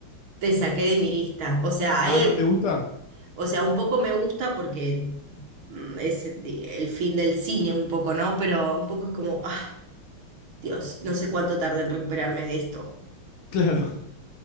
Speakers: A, on the right (about 70°); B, on the left (about 80°).
A: te saqué de mi lista. O sea, hay,
B: Ah, ¿no te gusta? <laughs>
A: o sea, un poco me gusta porque mm, es el fin del cine, un poco, ¿no? Pero un poco es como, ah, Dios, no sé cuánto tardé en recuperarme de esto.
B: Claro,